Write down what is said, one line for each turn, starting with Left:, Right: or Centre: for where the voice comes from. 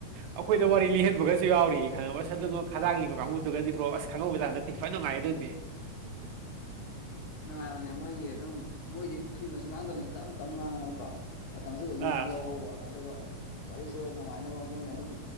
Right: ꯑꯩꯈꯣꯏꯗ ꯋꯥꯔꯤ ꯂꯤꯍꯟꯕꯒꯁꯨ ꯌꯥꯎꯔꯤ ꯈꯪ ꯑꯗꯨꯉꯣ ꯈꯥꯗꯥꯡꯅꯤꯡꯉꯣ ꯀꯥꯡꯕꯨꯗꯨꯒꯗꯤ ꯕ꯭ꯔꯣ ꯑꯁ ꯈꯪꯉꯧꯕꯖꯥꯠ ꯅꯠꯇꯦ ꯐꯋꯥꯏ ꯅꯨꯡꯉꯥꯏꯌꯦ ꯑꯗꯨꯝꯗꯤ
Left: <inaudible> ꯅꯨꯡꯉꯥꯏꯕꯅꯦ ꯃꯣꯏꯒꯤ ꯑꯗꯨꯝ ꯃꯣꯏꯗꯤ ꯊꯨꯅꯁꯨ ꯉꯥꯡꯗꯕꯅꯤ ꯇꯞ ꯇꯞ ꯉꯥꯡꯉꯕꯀꯣ ꯃꯇꯝꯁꯨ ꯑꯗꯨꯝ
Right: ꯑꯥ
Left: ꯂꯧꯍꯧꯕ ꯑꯗꯨꯒ ꯋꯥꯔꯤꯁꯨ ꯅꯨꯡꯉꯥꯏꯅꯕ ꯃꯣꯏꯅ ꯑꯗꯨꯝ